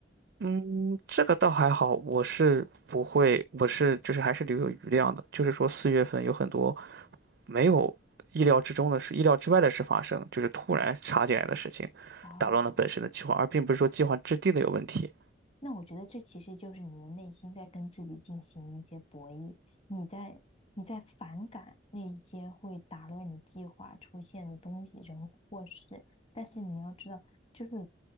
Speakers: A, on the right (about 60°); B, on the left (about 30°).
A: 嗯，这个倒还好，我是不会，我是就是还是留有余量的。就是说四月份有很多没有意料之中的事、意料之外的事发生，就是突然插进来的事情，
B: 啊。
A: 打乱了本身的计划，而并不是说计划制定的有问题。
B: 那我觉得这其实就是你的内心在跟自己进行一些博弈，你在你在反感那些会打乱你计划出现的东西、人或事，但是你要知道，就是